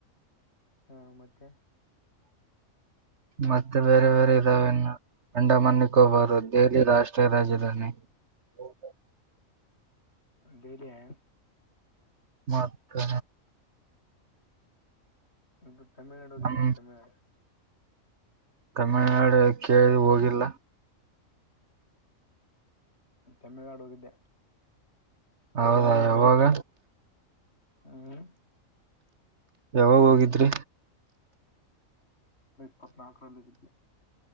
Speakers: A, on the left (about 50°); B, on the right (about 60°).
A: ಹಾ ಮತ್ತೆ
B: ಮತ್ತೆ ಬೇರೆ ಬೇರೆ ಇದಾವೆನ್ನು ಅಂಡಮನ್ನಿಕ್ಕೆ ಹಬಾರು ದೆಹಲಿ ರಾಷ್ಟ್ರೀಯ ರಾಜಧಾನಿ ಹ
A: ತೇರಿಯಾ
B: ಮತ್ರ
A: ಇದು ತಮಿಳ್ನಾಡುಡ ಹೋಗಿದೆಯ
B: ನಮ್
A: ತಮಿಳ್ನಾಡು
B: ತಮಿಳ್ನಾಡು ಕೇಳಿ ಹೋಗಿಲ್ಲ
A: ತಮಿಳ್ನಾಡು ಹೋಗಿದ್ದೆ
B: ಹೌದಾ ಯಾವಾಗ
A: ಹ್ಮ್
B: ಯಾವಾಗ ಹೋಗಿದ್ರಿ
A: ಇಪ್ಪತ್ನಾಲ್ಕರಲ್ಲ ಇದಿದ್ದ